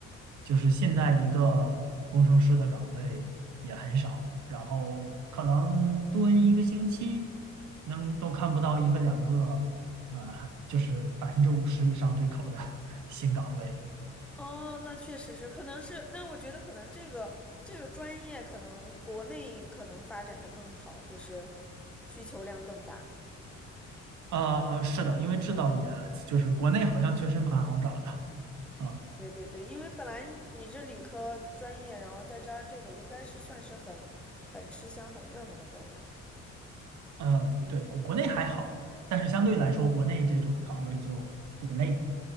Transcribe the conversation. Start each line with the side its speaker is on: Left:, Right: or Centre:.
Right: 就是现在一个工程师的岗位也很少，然后可能蹲一个星期能都看不到一个两个，啊、就是百分之五十以上对口的 <laughs> 新岗位。
Centre: 哦，那确实是，可能是，那我觉得可能这个这个专业可能国内可能发展的更好，就是需求量更大。
Right: 啊，是的，因为制造业就是国内好像确实蛮好找的，嗯
Centre: 对对对，因为本来你这理科专业，然后再加上这个，应该是算是很很吃香、很热门的专业。
Right: 嗯，对，国国内还好，但是相对来说，国内这种岗位就很累，